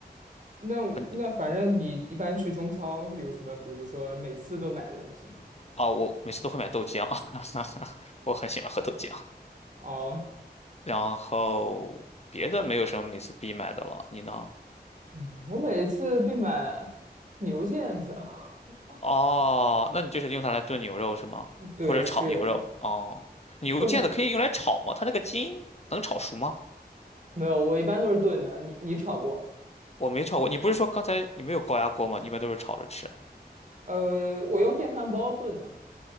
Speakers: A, on the right; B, on the left.
A: 那那反正你一般去中超会有什么，
B: 嗯，
A: 比如说每次都买的东西吗？
B: 哦，我每次都会买豆浆，<laughs> 我很喜欢喝豆浆。
A: 哦，
B: 然后别的没有什么每次必买的了，你呢？
A: 嗯我每次必买牛腱子。<laughs>
B: 哦，那你就是用它来炖牛肉是吗？
A: 对，
B: 或者炒牛肉？
A: 是的，
B: 哦，牛腱子可以用来炒吗？
A: 或者
B: 它那个筋能炒熟吗？
A: 没有，我一般都是炖的。你你炒过？
B: 我没炒过。你不是说刚才你没有高压锅吗？你一般都是炒着吃
A: 呃，我用电饭煲炖的，